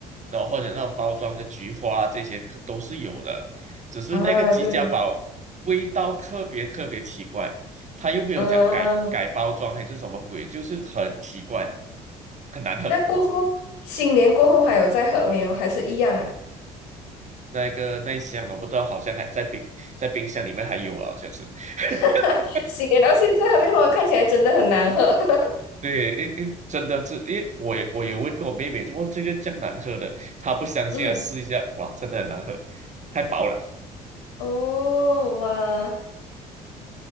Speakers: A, on the right; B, on the left.
A: 然后或者那种包装的菊花这些可都是有的，只是那个吉家宝
B: 啊，对，
A: 味道特别特别奇怪，他又没有讲改改包装还是什么鬼，
B: 嗯、
A: 就是很奇怪，很难喝。
B: 那过后，新年过后还有再喝没有？还是一样啊？
A: 那个那一箱我不知道，好像还在冰在冰箱里面还有啊，好像是。<laughs>
B: <laughs> 新年到现在还没喝完，看起来真的很难喝。<laughs>
A: 对，因因真的是，因为我也我也问过我妹妹，怎么这个这样难喝的，她不相信啊，
B: 嗯
A: 试一下，哇，真的很难喝，太薄了，
B: 哦，哇，